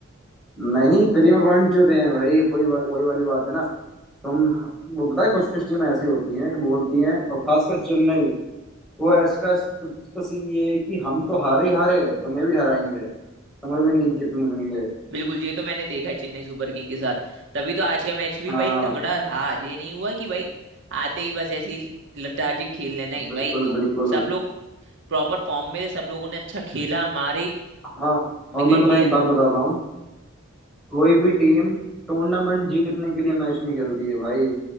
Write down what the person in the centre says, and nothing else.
नहीं फ्री में पॉइंट क्यों दें भाई वही वही वाली बात है ना तुम वो पता है कुछ कुछ टीम ऐसी होती हैं बोलती हैं और खासकर चेन्नई वो इसका इसका सीन ये है कि हम तो हारे ही हारे तुम्हें भी हराएंगे तुम्हें भी नहीं जीतने देंगे
हाँ
बिल्कुल
बिल्कुल
हाँ और
मैं तुम्हें
एक बात बताता हूँ कोई भी टीम टूर्नामेंट जीतने के लिए मैच नहीं खेलती है भाई